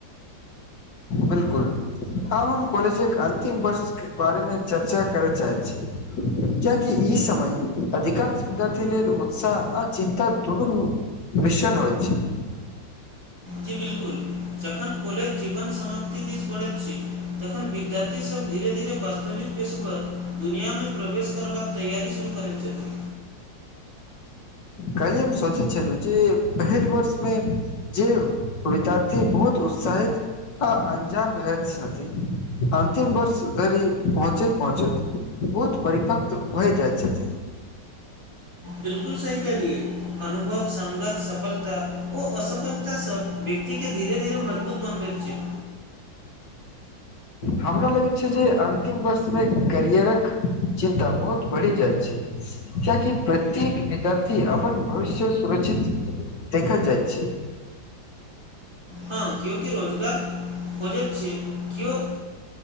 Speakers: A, on the left; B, on the right.
A: बिलकुल आब हम कॉलेजके अंतिम वर्षके बारेमे चर्चा करै चाहैत छी। कियाकि ई समय अधिकांश विद्यार्थी लेल उतसाह आ चिन्ता दुनु मिशन होइत छैय।
B: जी बिलकुल। जखन कॉलज जीवन समाप्ति दिश बढ़ैत छै तखन विद्यार्थी सब धीरे-धीरे वास्तविक पेशेवर दुनियामे प्रवेश करबाक तैयारी शुरू करैत छथि
A: काल्हिए हम सोचैत छलहुँ जे पहिल वर्षमे जे विद्यार्थी बहुत उत्साहित आ अनजान रहैत छथि अन्तिम वर्ष धरि पहुँचैत-पहुँचैत बहुत परिपक्व भए जाइत छथि
B: बिल्कुल सही कहलियै अनुभव, संघर्ष, सफलता ओ असफलता सब व्यक्तिके धीरे-धीरे मजबूत बनबैत छै
A: हमरा लगैत छै जे अन्तिम वर्षमे करियरक चिन्ता बहुत बढ़ि जाइत छै। किएकि प्रत्येक विद्यार्थी अपन भविष्य सुरक्षित देखल जाइत छै
B: हँ, केओकि रोजगार खोजैत छै केओ